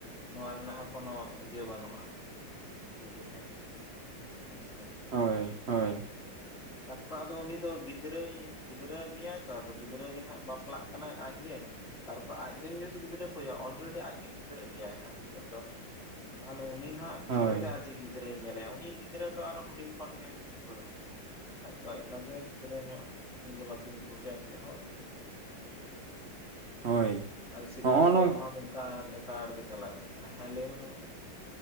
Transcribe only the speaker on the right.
ᱦᱚᱭ ᱦᱚᱭ ᱾
ᱦᱳᱭ
ᱦᱳᱭ
ᱦᱚᱜᱼᱚ
ᱱᱚᱝ